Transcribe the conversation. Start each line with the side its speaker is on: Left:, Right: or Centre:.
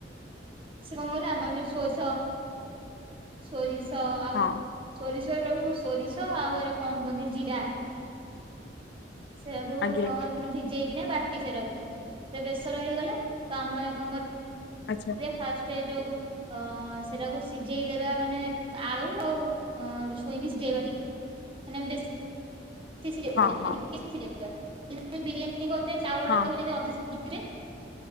Right: ସେ କଣ କହିଲ ଆମର ଯୋଉ ସୋରିଷ ସୋରିସ ଆ
Left: ହଁ
Right: ସୋରିଷ ରୁ ସୋରିଷ ଆଉ ଏରା କଣ କୁହନ୍ତି ଜିରା ସେୟାକୁ
Left: ଆଜ୍ଞା
Right: କଣ ମାନେ ଭିଜେଇକିନା ବାଟି ସେରାକୁ ସେ ବେସର ହେଇଗଲେ ତ ଆମେ କଣ କ
Left: ଆଚ୍ଛା।
Right: ଫାଷ୍ଟେ ଯଉ ଅ ସେଟାକୁ ସିଝେଇଦବା ମାନେ ଆଳୁ ଆଉ ଛୁଇଁକି ସିଝେଇବା ଟିକେ। ମାନେ ବେଶ ସିଜେଇବାନି
Left: ହଁ ହଁ
Right: <unintelligible> ବିରିୟାନୀ କରୁଚେ ଚାଉଳା
Left: ହଁ
Right: ଟାକୁ ଅଧା ସି <unintelligible>